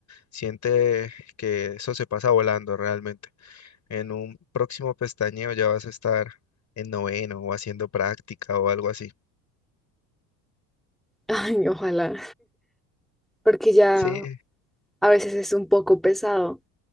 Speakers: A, on the left (about 40°); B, in the centre.
A: siente que eso se pasa volando realmente. En un próximo pestañeo ya vas a estar en noveno o haciendo práctica o algo así.
B: <laughs> Ay, ojalá, porque ya
A: Sí,
B: a veces es un poco pesado,